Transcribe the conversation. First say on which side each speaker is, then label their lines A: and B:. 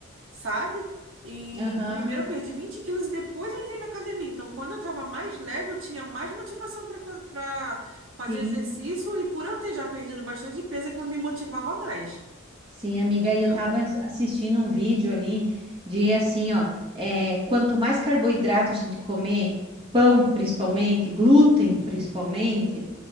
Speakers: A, on the right; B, on the right.
A: sabe? E
B: Aham,
A: primeiro eu perdi 20 quilos e depois eu entrei na academia. Então, quando eu tava mais leve, eu tinha mais motivação para para fazer
B: sim.
A: exercício. E por eu ter já perdido bastante peso, aquilo me motivava mais.
B: Sim, amiga,
A: Entendeu?
B: e eu tava as- assistindo um vídeo ali de assim, ó, é, quanto mais carboidrato a gente comer, pão principalmente, glúten principalmente,